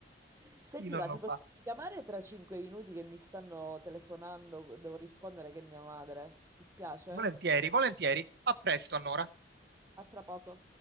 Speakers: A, on the right; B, on the right.
A: Senti,
B: Chi non
A: ma
B: lo
A: ti
B: fa?
A: posso chiamare tra cinque minuti che mi stanno telefonando, devo rispondere che è mia madre. Ti spiace?
B: Volentieri, volentieri. A presto allora.
A: A tra poco.